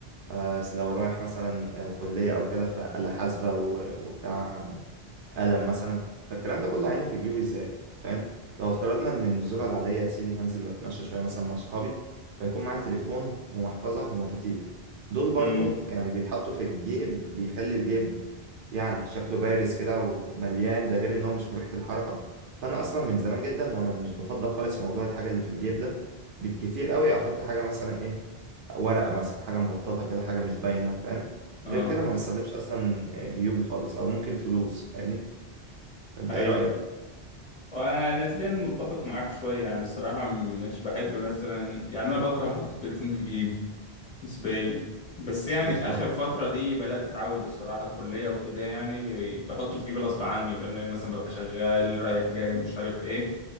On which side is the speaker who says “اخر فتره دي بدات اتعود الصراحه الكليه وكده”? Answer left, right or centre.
Left